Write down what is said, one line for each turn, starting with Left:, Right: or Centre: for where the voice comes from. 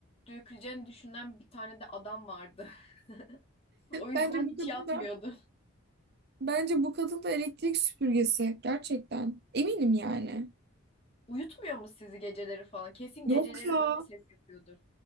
Left: döküleceğini düşünen bir tane de adam vardı. <laughs> O yüzden
Right: Bence bu
Left: hiç
Right: kadın
Left: yatmıyordu.
Right: da Bence bu kadın da elektrik süpürgesi. Gerçekten. Eminim yani.
Left: Uyutmuyor mu sizi geceleri falan? Kesin geceleri
Right: Yok ya.
Left: böyle ses yapıyordur.